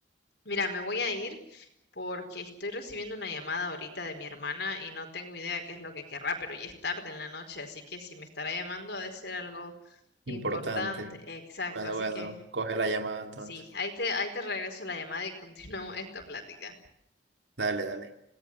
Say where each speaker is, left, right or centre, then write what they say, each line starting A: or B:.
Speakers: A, on the left; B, on the right.
A: Mira, me voy a ir porque estoy recibiendo una llamada ahorita de mi hermana y no tengo idea qué es lo que querrá, pero ya es tarde en la noche, así que si me estará llamando ha de ser algo importante.
B: Importante.
A: Exacto,
B: Bueno,
A: así
B: bueno,
A: que
B: coge la llamada entonces.
A: sí, ahí te, ahí te regreso la llamada y <laughs> continuamos esta plática.
B: Dale, dale.